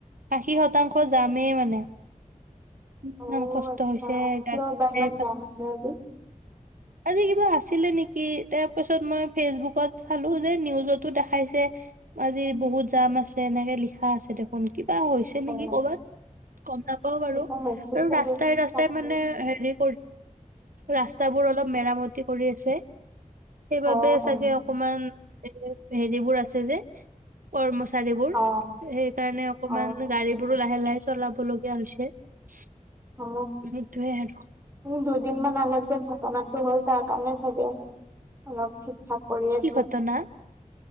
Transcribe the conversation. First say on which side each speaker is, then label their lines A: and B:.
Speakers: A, on the right; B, on the right.
A: আশী শতাংশ জামেই মানে ইমান
B: অঁ
A: কষ্ট
B: আচ্ছা
A: হৈছে
B: কিয়
A: গাড়ী
B: বা ইমান জাম আছে আজি
A: আজি কিবা আছিলে নেকি তাৰ পাছত মই ফেচবুকত চালো যে নিউজতো দেখাইছে আজি বহুত জাম আছে এনেকে লিখা আছে দেখোন কিবা হৈছে নেকি
B: অ
A: কৰ'বাত গম নাপাওঁ বাৰু
B: কিবা হৈছে
A: আৰু
B: চাগে
A: ৰাস্তাই ৰাস্তাই
B: তাকে
A: মানে হেৰি <unintelligible> ৰাস্তাবোৰ অলপ অলপ মেৰামতি কৰি আছে সেইবাবে
B: অ
A: চাগে
B: অ
A: অকমান এ হেৰিবোৰ আছে যে কৰ্ম চাৰীবোৰ
B: অ
A: সেই কাৰণে অকমান
B: অ',
A: গাড়ী
B: গম
A: বোৰো
B: পাইছো।
A: লাহে লাহে চলাব লগীয়া হৈছে <inaudible>
B: অ
A: সেইটোয়ে আৰু
B: দুইদিন মান আগত <unintelligible> ঘটনাটো হ'ল তাৰ কাৰণে চাগে অলপ ঠিক থাক কৰি আছে
A: কি ঘটনা